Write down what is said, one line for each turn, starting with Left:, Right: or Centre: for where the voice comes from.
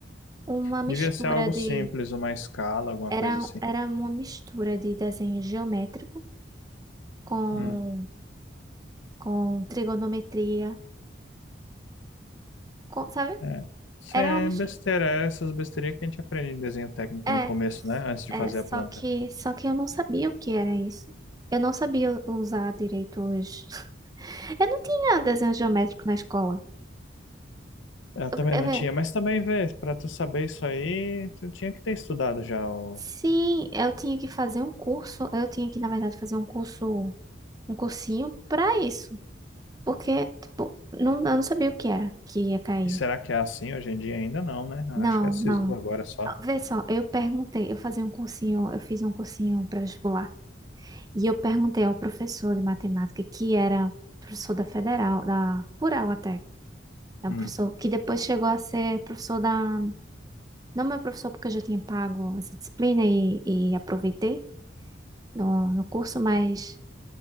Right: uma mistura
Left: Devia ser algo
Right: de,
Left: simples, uma escala, alguma
Right: era,
Left: coisa assim.
Right: era uma mistura de desenho geométrico com,
Left: Hum.
Right: com trigonometria, com, sabe?
Left: É. Isso
Right: Era
Left: é
Right: uma mistura.
Left: besteira, é essas besteirinhas que a gente aprende em desenho técnico
Right: É,
Left: no começo, né? Antes de
Right: é,
Left: fazer
Right: só
Left: a planta.
Right: que, só que eu não sabia o que era isso. Eu não sabia usar direito os. <laughs> Eu não tinha desenho geométrico na escola.
Left: Eu também
Right: É,
Left: não
Right: vé,
Left: tinha, mas também vê, para tu saber isso aí, tu tinha que ter estudado já o
Right: sim, eu tinha que fazer um curso, eu tinha que, na verdade, fazer um curso, um cursinho pra isso, porque, tipo, não, eu não sabia o que era que ia cair.
Left: E será que é assim hoje em dia? Ainda não, né?
Right: Não,
Left: Acho que é SISU
Right: não.
Left: agora só.
Right: Vê só, eu perguntei, eu fazia um cursinho, eu fiz um cursinho pré-vestibular, e eu perguntei ao professor de matemática, que era professor da Federal, da Rural até, é
Left: Hum.
Right: um professor que depois chegou a ser professor da, não meu professor porque eu já tinha pago essa disciplina e, e aproveitei no, no curso, mas